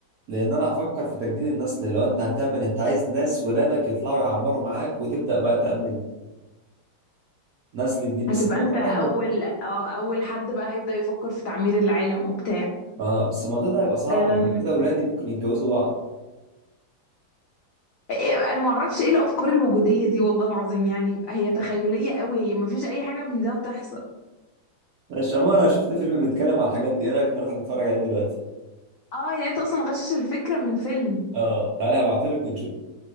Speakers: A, on the right; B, on the left.
A: لأن أنا هفكر في تجديد النسل اللي هو أنت هتعمل أنت عايز ناس ولادك يطلعوا يعمروا معاك وتبدأ بقى تأمل نسل جديد بس
B: هتبقى
A: الموضوع
B: انت اول
A: ده
B: اه اول حد بقى هيبدأ يفكر في تعمير العالم وبتاع
A: اه بس الموضوع ده هيبقى صعب
B: أم.
A: لان كده ولادي ممكن يتجوزوا بعض
B: انا ما اعرفش ايه الافكار الوجودية دي والله العظيم يعني هي تخيلية قوي هي ما فيش اي حاجة من ده هتحصل
A: مش عموما انا شفت فيلم بيتكلم على الحاجات دي ايه رايك نروح نتفرج عليه دلوقتي
B: اه يعني انت اصلا غشش الفكرة من فيلم
A: اه تعالى هبعتلك ونشوف